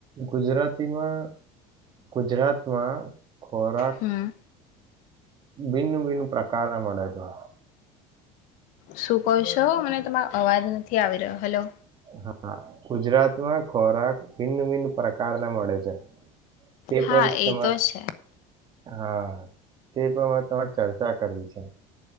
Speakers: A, on the right (about 30°); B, on the left (about 60°).
A: ગુજરાતીમાં ગુજરાતમાં. ખોરાક
B: હમ
A: ભિન્ન ભિન્ન પ્રકાર ના મળે છે.
B: શું કહો છો, મને તમારો અવાજ નથી આવી રહ્યો. હલો.
A: હા, ગુજરાતમાં ખોરાક ભિન્ન ભિન્ન પ્રકાર ના મળે છે. તે
B: હા,
A: પર તમા
B: એ તો છે.
A: હા, તે તમાર તમારે ચર્ચા કરવી છે.